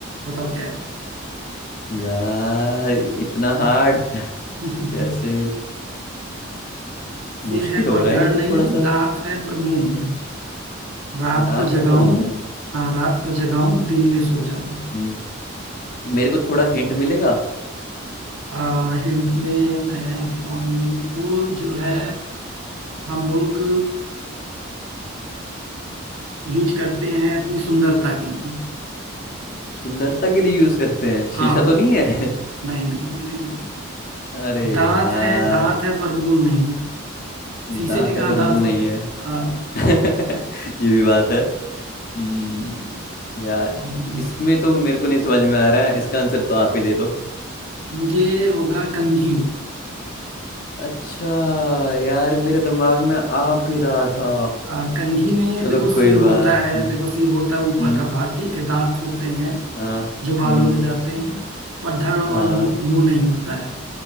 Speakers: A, on the right; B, on the left.
A: बताओ क्या है
B: यार इतना हार्ड <laughs>
A: <laughs>
B: कैसे मुश्किल
A: सिर है पर
B: हो रहा
A: धड़
B: है ये तो
A: नहीं
B: थोड़ा सा
A: दांत है पर मुंह नहीं रात
B: दांत
A: को जगाऊं
B: है पर मुंह नहीं।
A: हाँ रात को जगाऊं दिन में सो जाऊं
B: हम्म मेरे को थोड़ा हिंट मिलेगा
A: आ, हिंट में मैं बताऊंगी वो जो है हम लोग यूज करते हैं अपनी सुंदरता के लिए
B: सुंदरता के लिए यूज करते हैं
A: हाँ
B: शीशा तो नहीं है <laughs>
A: नहीं नहीं नहीं नहीं नहीं
B: अरे
A: दांत
B: यार
A: है दांत है पर मुंह नहीं शीशे
B: दांत
A: के कहाँ
B: है पर
A: दांत
B: मुंह
A: होते
B: नहीं है
A: हाँ
B: <laughs> ये भी बात है हम्म यार
A: <laughs>
B: इसमें तो मेरे को नहीं समझ में आ रहा है इसका आंसर तो आप ही दे दो
A: ये होगा कंघी
B: अच्छा यार मेरे दिमाग में आ भी रहा था
A: आ, कंघी में
B: चलो
A: देखो सिर
B: कोई बात
A: होता है
B: नहीं
A: देखो सिर होता है ऊपर
B: हम्म
A: का भाग ठीक है दांत होते हैं
B: हाँ
A: जो बालों
B: हम्म
A: में जाते हैं पर धड़ और
B: हाँ
A: मुंह मुंह नहीं होता है